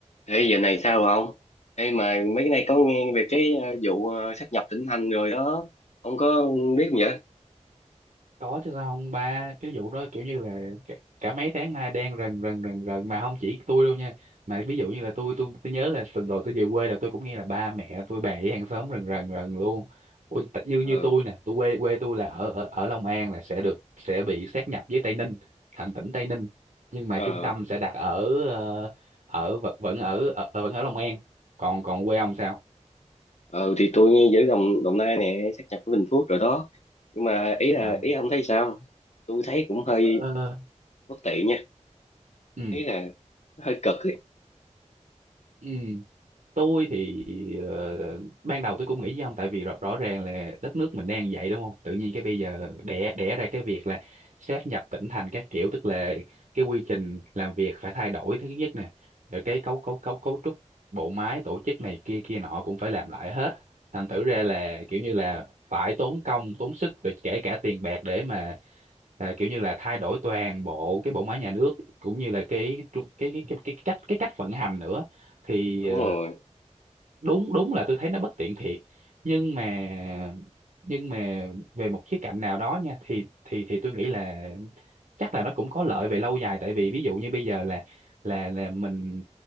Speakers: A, on the left; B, on the right.
A: Ê, giờ này sao rồi ông? Ê, mà mấy cái này có nghe về cái ờ, vụ ờ, sát nhập tỉnh thành rồi đó. Ông có biết không vậy?
B: có chứ sao không ba cái vụ đó kiểu như là cả, cả mấy tháng nay đen rần rần rần rần mà không chỉ tôi đâu nha mà ví dụ như là tôi tôi tôi nhớ là tuần rồi tôi về quê là tôi cũng nghe là ba mẹ tôi bà với hàng xóm rần rần rần luôn Ủa, tại- như như
A: Ừ,
B: tôi nè tôi quê quê tôi là ở ở ở Long An là sẽ được sẽ bị sáp nhập với Tây Ninh thành tỉnh Tây Ninh nhưng mà
A: ờ,
B: trung tâm sẽ đặt ở ờ, ở vẫn vẫn ở, ở vẫn ở Long An còn còn quê ông sao
A: ờ, thì tôi nghe giữa Đồng, Đồng Nai nè, sát nhập với Bình Phước rồi đó. Nhưng mà ý là,
B: à,
A: ý ông thấy sao? Tôi thấy cũng hơi
B: Ờ,
A: bất tiện nha.
B: ừ
A: Ý là hơi cực ấy.
B: ừ tôi thì ờ, ban đầu tôi cũng nghĩ với ông tại vì rõ, rõ ràng là đất nước mình đang vậy đúng không tự nhiên cái bây giờ đẻ đẻ ra cái việc là sáp nhập tỉnh thành các kiểu tức là cái quy trình làm việc phải thay đổi thứ nhất nè rồi cái cấu cấu cấu cấu trúc bộ máy tổ chức này kia kia nọ cũng phải làm lại hết thành thử ra là kiểu như là phải tốn công tốn sức rồi kể cả tiền bạc để mà à, kiểu như là thay đổi toàn bộ cái bộ máy nhà nước cũng như là cái tru- cái cái cái, cái cách cái cách vận hành nữa thì
A: Đúng
B: ờ,
A: rồi.
B: đúng đúng là tôi thấy nó bất tiện thiệt nhưng mà nhưng mà về một khía cạnh nào đó nha thì thì thì tôi nghĩ là chắc là nó cũng có lợi về lâu dài tại vì ví dụ như bây giờ là là là mình